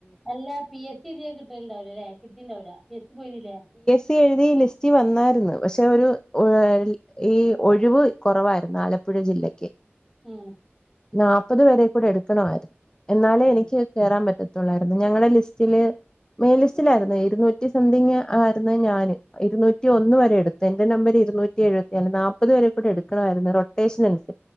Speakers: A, in the centre; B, on the left.
A: അല്ല പി എസ് സി എഴുതിയാ കിട്ടല് ഉണ്ടാവില്ല അല്ലെ കിട്ടീണ്ടാവില്ല പി എസ് സി പോയി എഴുതീല്ലേ
B: പി എസ് സി എഴുതി ലിസ്റ്റിൽ വന്നാരുന്ന് പക്ഷെ ഒരു ഒ ഈ ഒഴിവ് കൊറവാരുന്ന് ആലപ്പുഴ ജില്ലക്ക്
A: ഉം
B: നാപ്പത് പേരെ കൂടെ എടുക്കണവാരുന്ന് എന്നാലേ
A: ഉം
B: എനിക്ക് കേറാൻ പറ്റ തൊള്ളായ്രുന്നു ഞങ്ങലെ ലിസ്റ്റില് മെയിൻ ലിസ്റ്റിലായിരുന്നു ഇരുന്നൂറ്റി സംതിങ് ആയിരുന്നു ഞാന് ഇരുന്നൂറ്റി ഒന്ന് വരെ എടുത്ത് എന്റെ നമ്പര് ഇരുന്നൂറ്റി എഴുപത്തി നാല് നാപ്പത് വരെ കൂടി എടുക്കണമായിരുന്നു റോട്ടേഷനുണ്ട്